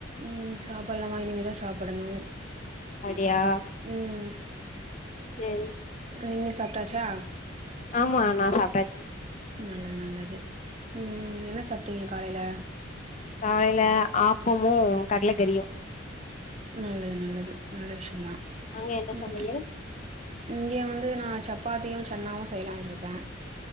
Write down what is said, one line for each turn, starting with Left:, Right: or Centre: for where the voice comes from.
Right: ம் சாப்பட்லாமா இனிமே தா சாப்பிடணும்
Left: அப்டியா
Right: ம்.
Left: செரி.
Right: நீங்க சாப்ட்டாச்சா
Left: ஆமா நா சாப்ட்டாச்சு
Right: நல்லது நல்லது ம் என்ன சாப்ட்டீங்க காலையில
Left: காலையில ஆப்பமு கடல கரியு
Right: நல்லது நல்லது நல்ல விஷ்யதா
Left: அங்க என்ன
Right: ம்
Left: சமையல்
Right: இங்கே வந்து நா சப்பாத்தியு சன்னாவு செய்யலாண்ட்ருக்கே